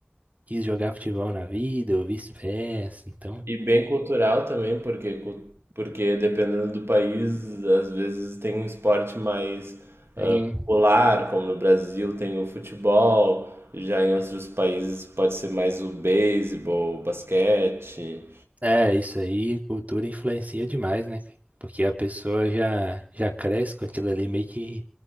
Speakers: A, on the right; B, on the right.
A: quis jogar futebol na vida, ou vice-versa. Então,
B: E bem cultural também, porque, cu- porque dependendo do país, às vezes tem um esporte mais
A: tem
B: ah, popular, como no Brasil tem o futebol, já em outros países pode ser mais o beisebol, o basquete.
A: É, isso aí, cultura influencia demais, né? Porque a pessoa já, já cresce com aquilo ali meio que